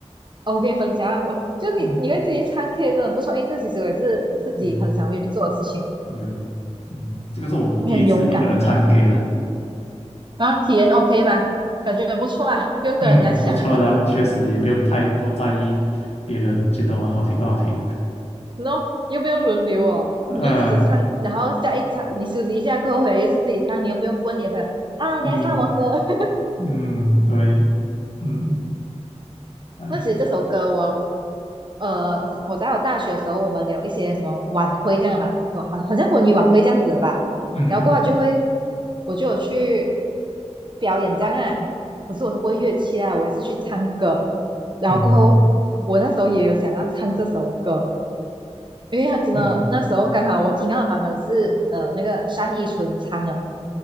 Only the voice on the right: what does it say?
哦，我跟你分享啊，我就你你会自己唱
K 真的很不错，因为这其实我也是自己很想去做的事情，
你很勇敢，
然后体验 OK 吗？感觉很不错啊，不用跟人家抢。
然后又不用轮流哦，
你就自己唱，
然后下一场你休息一下过后回来又是自己唱，你又不用问你的朋友啊，
你要唱什么歌。<laughs>
那其实这首歌我，呃，我在我大学的时候，我们有一些什么晚会这样的吧，什么好好像文娱晚会这样子的吧，
然后过后就会，我就有去表演这样啊，可是我是过乐器啊，我也是去唱歌，然后过后我那时候也有想要唱这首歌，
因为他真的那时候刚好我听到的版本是呃那个单依纯唱的，